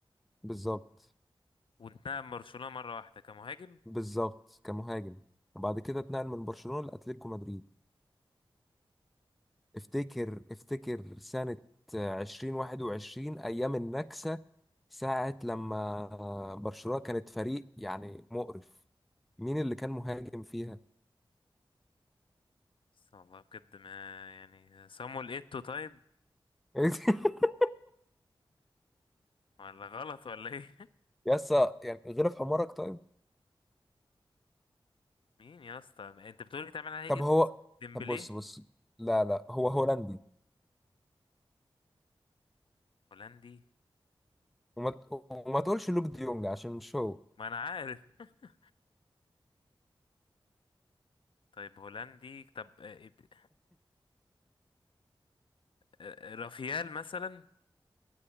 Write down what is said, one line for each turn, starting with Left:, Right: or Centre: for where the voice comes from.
Centre: بالظبط
Left: وانتقل من برشلونة مرة واحدة كمهاجم
Centre: بالظبط كمهاجم وبعد كده اتنقل من برشلونة لأتلتيكو مدريد افتكر افتكر سنة 2021 أيام النكسة ساعة لما برشلونة كانت فريق يعني مقرف مين اللي كان مهاجم فيها؟
Left: بس والله بجد ما يعني صامويل ايتو طيب
Centre: <laughs>
Left: ولا غلط ولا ايه <laughs>
Centre: يسا يعني غير في حمارك طيب
Left: مين يا اسطى ما انت بتقول بيتعمل عليه
Centre: طب
Left: ايديتس
Centre: هو
Left: ديمبلي
Centre: طب بص بص لا لا هو هولندي
Left: هولندي
Centre: وما, ت- وما تقولش لوك ديونج عشان مش هو
Left: ما انا عارف <laughs> طيب هولندي طب آه، إب- آه، رافيال مثلا